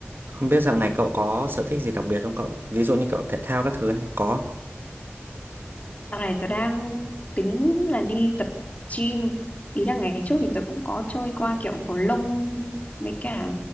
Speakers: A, on the right; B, on the left.
A: Không biết dạo này cậu có sở thích gì đặc biệt không cậu? Ví dụ như cậu thể thao các thứ này có.
B: Dạo này tớ đang tính là đi tập gym. Ý là ngày trước
A: Ừ.
B: thì tớ cũng có chơi qua kiểu cầu lông mấy cả